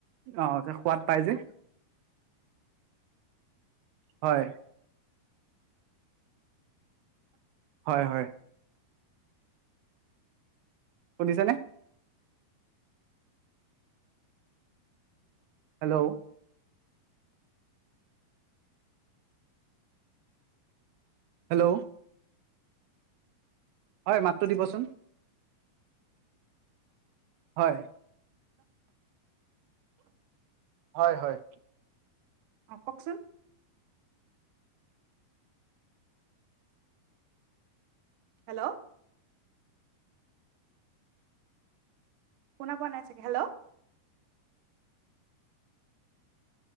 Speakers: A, on the right (about 80°); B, on the right (about 65°).
A: অ' যে সোৱাদ পায় যে। হয়। হয় হয়। শুনিছে নে? হেলো। হেলো। হয়, মাতটো দিবা চোন। হয়। হয়-হয়।
B: অ', কওক চোন। হেলো। শুনা পোৱা নাই চাগে হেলো।